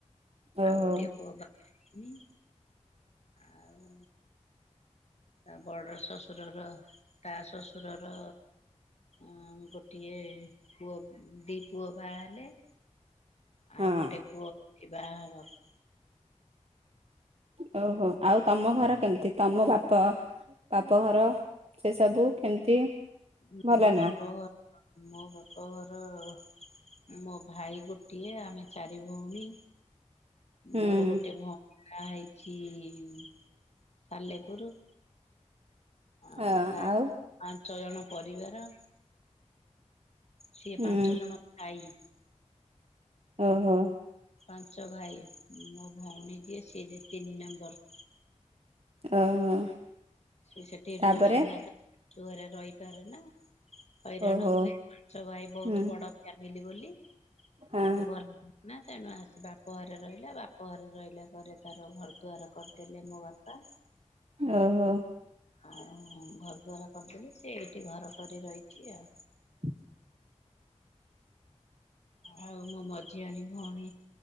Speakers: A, on the right; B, on the left.
A: ଓହୋ
B: ଆଉ ଗୋଟିଏ ପୁଅ <inaudible> ହେଇନି। ଆଉ ତା ବଡ ଶ୍ୱଶୁରର, ତା ଶ୍ୱଶୁରର ଅଁ ଗୋଟିଏ ପୁଅ, ଦି ପୁଅ ବାହା ହେଲେ। ଆଉ,
A: ହଁ
B: ଗୋଟେ ପୁଅ କି ବାହା ହବାକୁ
A: ଓହୋ! ଆଉ ତମ ଘର କେମିତି ତମ ବାପ ବାପଘର ସେ ସବୁ କେମିତି?
B: ମୋ
A: ଭଲ ନା?
B: ବାପଘର ମୋ ବାପଘର-ଅ ମୋ ଭାଇ ଗୋଟିଏ, ଆମେ ଚାରି ଭଉଣୀ।
A: ହୁଁ
B: ମୋର ଗୋଟେ ଭଉଣୀ ବାହ ହେଇଛି-ଇ ସାଲେପୁର। ଆଉ
A: ହଁ
B: ତା
A: ଆଉ
B: ପାଞ୍ଚ ଜଣ ପରିବାର। ସିଏ
A: ଉଁ,
B: ପାଞ୍ଚ ଜଣ ଭାଇ
A: ଓହୋ।
B: ପାଞ୍ଚ ଭାଇ, ମୋ ଭଉଣୀଯିଏ ସିଏଯେ ତିନି ନମ୍ବର।
A: ଓହୋ।
B: ସେ ସେଠି
A: ତାପରେ
B: ରୁହେନା ତ, <inaudible> ହରେ ରହିପାରେ ନା। ହଇରାଣ
A: ଓହୋ
B: ହୁଏ। ପାଞ୍ଚ ଭାଇ ବହୁତ
A: ହୁଁ
B: ବଡ ଫ୍ୟାମିଲି ବୋଲି।
A: ହଁ
B: ଆକୁ ଭଲ ନା ତେଣୁ ଆସିବାପ୍ ବାପ ଘରେ ରହିଲା, ବାପ ଘରେ ରହିଲା ପରେ, ତାର ଘର ଦୁଆାର କରିଦେଲେ ମୋ ବାପା।
A: ଓହୋ।
B: ଆଉ, ଘରଦୁଆର କରିଦେଲେ, ସେ ଏଠି ଘର କରି ରହିଛି ଆଉ।
A: <inaudible>
B: ଆଉ, ମୋ ମଝି ଆଣି ଭଉଣୀ